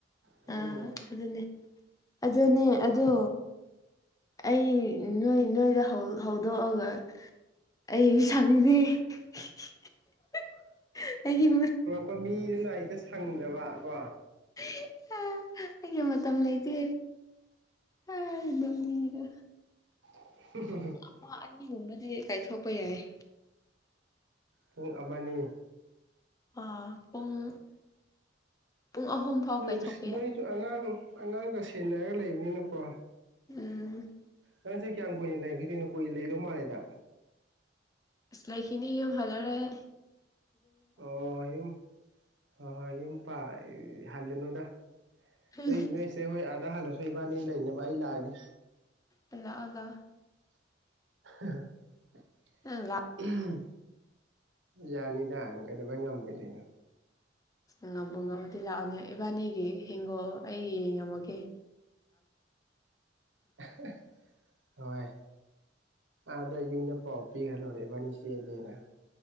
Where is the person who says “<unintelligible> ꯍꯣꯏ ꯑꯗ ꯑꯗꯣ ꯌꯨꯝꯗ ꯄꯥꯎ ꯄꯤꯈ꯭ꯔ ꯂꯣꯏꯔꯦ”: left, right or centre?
Right